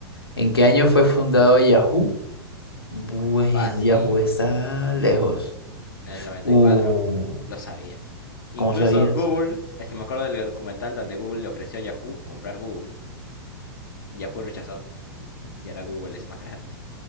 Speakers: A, on the left (about 80°); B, on the left (about 60°).
A: ¿En qué año fue fundado Yahoo? Bueno,
B: fácil.
A: Yahoo está lejos.
B: En el noventa
A: Uh,
B: y cuatro, Lo sabía. Incluso
A: ¿cómo sabías?
B: Google, es que me acuerdo del documental donde Google le ofreció a Yahoo comprar Google y Yahoo rechazó. <laughs> Y ahora Google es más grande,